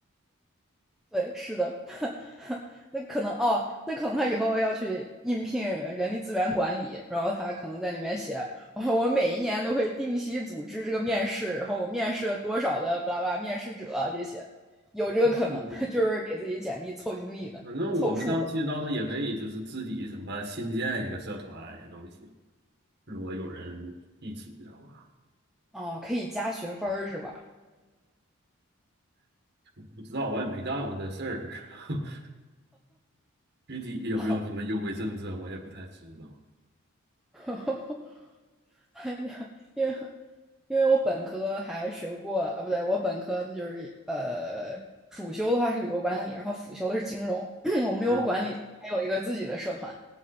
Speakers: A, in the centre; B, on the right (about 50°).
A: 对，是的，<laughs> 那可能哦，那可能他以后要去应聘人力资源管理，然后他可能在里面写，我我每一年都会定期组织这个面试，然后我面试了多少的巴拉巴拉面试者这些，有这个可能，
B: 嗯，
A: <laughs> 就是给自己简历凑经历的，
B: 反正我们当其实当时也可以就是自己什么新建一个社团也都行，
A: 凑数的。
B: 如果有人一起的话，
A: 哦，可以加学分儿是吧？
B: 我不知道我也没干过这事儿，<laughs> 具体有没有什么优惠政策我也不太知道。
A: <laughs> <laughs> 哎呀，因为因为我本科还学过啊，不对，我本科就是呃，主修的话是旅游管理，然后辅修的是金融。<clears throat> 我们旅游管理还有一个自己的社团，
B: 嗯